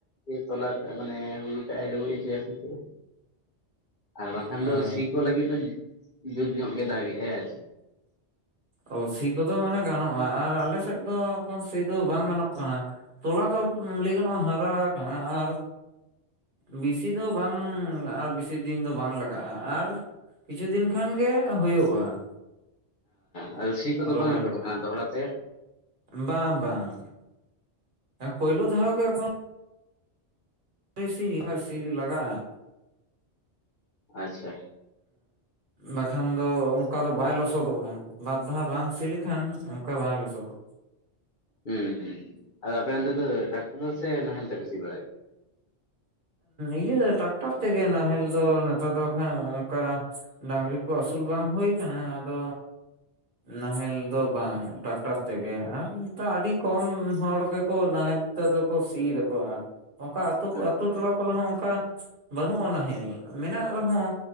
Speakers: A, on the left; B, on the right.
A: ᱮᱨ ᱛᱚᱞᱟ ᱟᱜ ᱢᱟᱱᱮ ᱦᱩᱲᱩ ᱴᱟᱜ ᱮ ᱰᱩᱵᱩᱡ ᱦᱚᱪᱚᱭᱟ ᱥᱮ ᱪᱮᱫ ᱟᱨ ᱵᱟᱝᱠᱷᱟᱱ
B: ᱮᱸ
A: ᱫᱚ ᱥᱤ ᱠᱚ ᱞᱟᱹᱜᱤᱫ ᱫᱚ ᱡᱩᱫ ᱧᱚᱜ ᱜᱮ ᱫᱟᱜ ᱮᱫᱟ ᱟᱨᱠᱤ
B: ᱚ ᱥᱤ ᱠᱚᱫᱚ ᱢᱟᱱᱮ ᱜᱟᱱᱚᱜᱼᱟ ᱟᱨ ᱟᱞᱮ ᱥᱮᱫ ᱫᱚ ᱮᱠᱷᱚᱱ ᱥᱤ ᱫᱚ ᱵᱟᱝ ᱜᱟᱱᱚᱜ ᱠᱟᱱᱟ᱾ ᱛᱚᱞᱟ ᱫᱚ ᱞᱟᱹᱭ ᱜᱟᱱᱚᱜᱼᱟ ᱦᱟᱨᱟ ᱟᱠᱟᱱᱟ ᱟᱨ ᱵᱮᱥᱤ ᱫᱚ ᱵᱟᱝ ᱟᱨ ᱵᱮᱥᱤ ᱫᱤᱱ ᱫᱚ ᱵᱟᱝ ᱞᱟᱜᱟᱜᱼᱟ ᱟᱨ ᱠᱤᱪᱷᱩ ᱫᱤᱱ ᱠᱷᱟᱱ ᱜᱮ ᱦᱩᱭᱩᱜᱼᱟ᱾
A: ᱦᱟᱸ ᱥᱤ ᱠᱚᱫᱚ
B: ᱨᱚᱦᱚᱭ
A: ᱵᱟᱝ ᱮᱛᱚᱦᱚᱵ
B: ᱞᱮᱠᱟ
A: ᱟᱠᱟᱱᱟ ᱫᱚᱦᱚᱲᱟ ᱛᱮ?
B: ᱵᱟᱝ ᱵᱟᱝ ᱯᱳᱭᱞᱳ ᱫᱷᱟᱣ ᱜᱮ ᱮᱠᱷᱚᱱ <unintelligible> ᱥᱤ ᱫᱚ ᱞᱟᱜᱟᱜᱼᱟ᱾
A: ᱟᱪᱪᱷᱟ
B: ᱵᱟᱠᱷᱟᱱ ᱫᱚ ᱚᱱᱠᱟ ᱫᱚ ᱵᱟᱭ ᱞᱚᱥᱚᱫᱚᱜᱼᱟ᱾ ᱵᱟᱨ ᱫᱷᱟᱣ ᱵᱟᱝ ᱥᱤ ᱞᱮᱠᱷᱟᱱ ᱚᱱᱠᱟ ᱵᱟᱝ ᱞᱚᱥᱚᱫᱚᱜᱼᱟ᱾
A: ᱦᱩᱸ ᱦᱩᱸ ᱟᱫᱚ ᱟᱯᱮ ᱚᱱᱛᱮ ᱫᱚ ᱴᱟᱠᱴᱟᱨ ᱫᱚ ᱥᱮ ᱱᱟᱦᱮᱞ ᱛᱮᱯᱮ ᱥᱤ ᱵᱟᱲᱟᱭᱟ᱾
B: ᱤᱭᱟᱹ ᱴᱟᱠᱴᱟᱨ ᱛᱮ ᱜᱮ ᱱᱟᱦᱮᱞ ᱫᱚ ᱱᱮᱛᱟᱨ ᱫᱚ ᱠᱷᱟᱡ ᱚᱱᱠᱟ ᱰᱟᱝᱨᱤ ᱠᱚ ᱟᱹᱥᱩᱞ ᱵᱟᱝ ᱦᱩᱭ ᱠᱟᱱᱟ ᱟᱫᱚ, ᱱᱟᱦᱮᱞ ᱫᱚ ᱵᱟᱝ, ᱴᱨᱟᱠᱴᱟᱨ ᱛᱮᱜᱮ ᱟᱨ ᱱᱤᱛ ᱟᱹᱰᱤ ᱠᱚᱢ ᱦᱚᱲ ᱜᱮᱠᱚ ᱱᱟᱦᱮᱞ ᱛᱮᱫᱚ ᱠᱚ ᱥᱤ ᱮᱫᱟ ᱠᱚ ᱟᱨ ᱚᱱᱠᱟ ᱟᱹᱛᱩ
A: ᱜᱮᱭᱟ?
B: <unintelligible> ᱟᱛᱩ ᱴᱚᱞᱟ ᱠᱚᱨᱮ ᱦᱚᱸ ᱚᱱᱠᱟ ᱵᱟᱹᱱᱩᱜᱼᱟ ᱱᱟᱦᱮᱞ, ᱢᱮᱱᱟᱜ ᱨᱮᱦᱚᱸ